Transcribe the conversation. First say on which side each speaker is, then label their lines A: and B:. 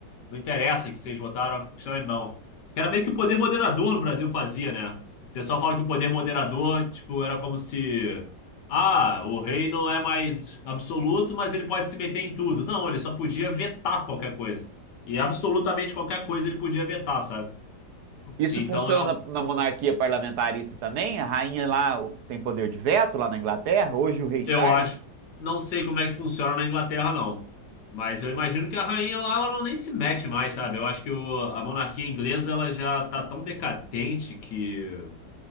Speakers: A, on the left (about 70°); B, on the right (about 70°).
A: Não interessa que vocês votaram, a questão é não. Que era meio que o poder moderador no Brasil fazia, né? O pessoal fala que o poder moderador, tipo, era como se. Ah, o rei não é mais absoluto, mas ele pode se meter em tudo. Não, ele só podia vetar qualquer coisa. E absolutamente qualquer coisa ele podia vetar, sabe?
B: Isso
A: Então
B: funciona
A: eu,
B: na monarquia parlamentarista também? A rainha lá o- tem poder de veto lá na Inglaterra? Hoje o rei Charles?
A: eu acho.
B: né?
A: Não sei como é que funciona na Inglaterra, não. Mas eu imagino que a rainha lá, ela não nem se mete mais, sabe? Eu acho que o- a monarquia inglesa, ela já tá tão decadente que.